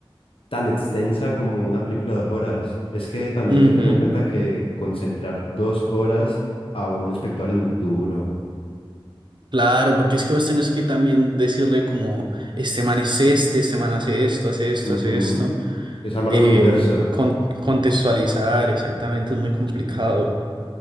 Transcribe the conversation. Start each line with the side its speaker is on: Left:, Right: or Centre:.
Left: tan extensa como una película de dos horas. Es que también
Right: Ujú,
Left: hay que tener en cuenta que concentrar dos horas a un espectador es muy duro.
Right: Claro, porque es que vos tenés que también decirle como, este man es este, este man hace esto, hace esto,
Left: Ujú.
Right: hace esto.
Left: Es armar
Right: Eh,
Left: un universo.
Right: con- contextualizar, exactamente, es muy complicado.